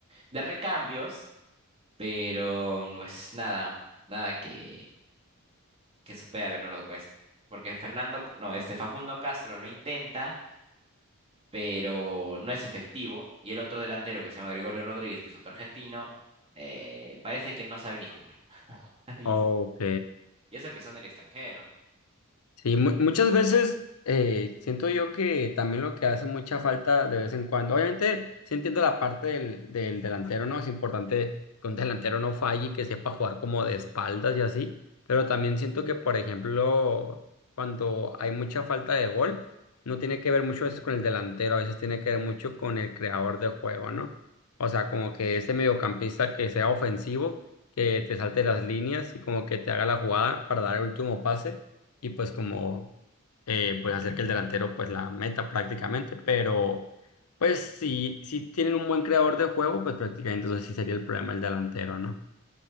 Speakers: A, on the right (about 25°); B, on the left (about 85°).
A: de recambios, pero no es nada, nada que, que supere a Bernardo Cuesta. Porque Fernando, no, este Facundo Castro lo intenta, pero no es efectivo. Y el otro delantero que se llama Gregorio Rodríguez, que es otro argentino, eh, parece que no sabe ni jugar. <laughs> Y
B: Ok,
A: y eso que son del extranjero.
B: Sí, mu- muchas veces eh, siento yo que también lo que hace mucha falta de vez en cuando, obviamente sí entiendo la parte del, del delantero, ¿no? Es importante que un delantero no falle y que sepa jugar como de espaldas y así, pero también siento que, por ejemplo, cuando hay mucha falta de gol, no tiene que ver mucho a veces con el delantero, a veces tiene que ver mucho con el creador de juego, ¿no? O sea, como que ese mediocampista que sea ofensivo, que te salte las líneas y como que te haga la jugada para dar el último pase y pues como eh, pues hacer que el delantero pues la meta prácticamente, pero pues si, si tienen un buen creador de juego, pues prácticamente entonces sí sería el problema el delantero, ¿no?